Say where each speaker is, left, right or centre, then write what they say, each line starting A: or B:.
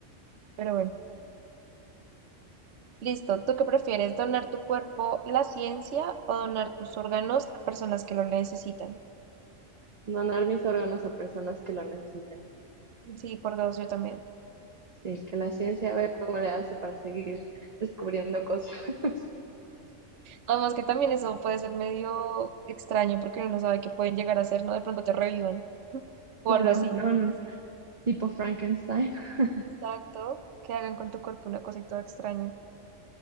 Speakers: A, on the right; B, on the right.
A: Pero bueno. Listo. ¿Tú qué prefieres? ¿Donar tu cuerpo a la ciencia o donar tus órganos a personas que lo necesitan?
B: Donar mis órganos a personas que lo necesiten.
A: Sí, por dos, yo también.
B: Sí, que la ciencia vea cómo le hace para seguir descubriendo cosas. <laughs>
A: Además que también eso puede ser medio extraño porque uno no sabe qué pueden llegar a hacer, ¿no? De pronto te revivan <laughs> o
B: Claro,
A: algo así.
B: no,
A: Porque
B: no.
A: la ciencia-
B: tipo Frankenstein. <laughs>
A: Exacto. Que hagan con tu cuerpo una cosita toda extraña.